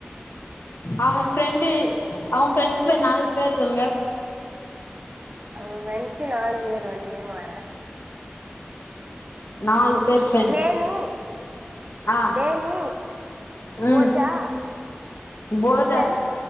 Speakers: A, on the left; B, on the right.
A: அவ ஃப்ரெண்டு அவ ஃப்ரெண்ட்ஸ் பேர் நால் பேர் சொல்லுங்க
B: அவுங்க ஃப்ரெண்ட்ஸு நாலு பேர் வந்து இருங்க வர
A: நாலு பேர் ஃப்ரெண்ட்ஸ்
B: லேனி
A: ஆ
B: டேனி
A: ம்
B: போஜா
A: போத
B: போச்சன்